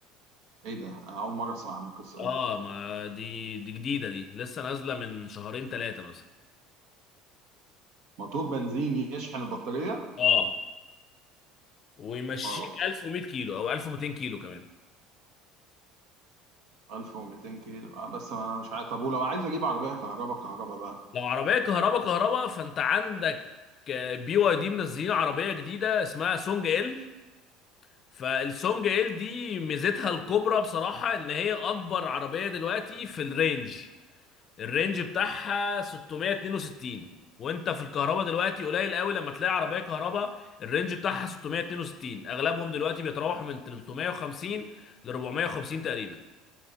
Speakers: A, on the right; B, on the left.
A: ايه ده انا اول مرة اسمع عن القصة
B: اه
A: دي
B: ما دي دي جديده دي لسه نازله من شهرين ثلاثه مثلا
A: موتور بنزين يشحن البطارية
B: اه ويمشيك
A: واو
B: 1100 كيلو او 1200 كيلو كمان
A: 1200 كيلو آه بس ما انا مش عارف طب ولو عايز اجيب عربية كهرباء كهرباء بقى
B: لو عربيه كهرباء كهرباء فانت عندك آه، بي واي دي منزلين عربيه جديده اسمها سونج ال فالسونج ال دي ميزتها الكبرى بصراحه ان هي اكبر عربيه دلوقتي في الرينج الرينج بتاعها 662 وانت في الكهرباء دلوقتي قليل قوي لما تلاقي عربيه كهرباء الرينج بتاعها 662 اغلبهم دلوقتي بيتراوحوا من 350 ل 450 تقريبا